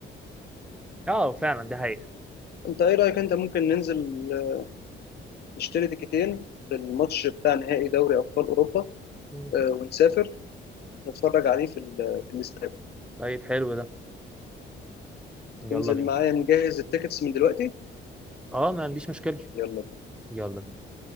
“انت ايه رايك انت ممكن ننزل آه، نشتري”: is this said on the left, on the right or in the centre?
Left